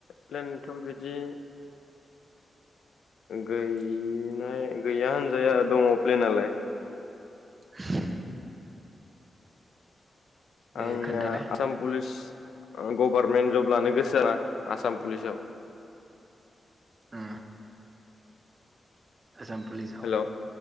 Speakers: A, on the left; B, on the right.
A: प्लेनथ' बिदि गैनाय गैया होनजाया दङ प्लेनलाय
B: <inaudible> दे
A: आंना
B: खोन्थालाय
A: आसाम पुलिस गभारमेन्ट जब लानो गोसोआ ना आसाम पुलिसाव
B: उम आसाम पुलिस आव
A: हेल' औ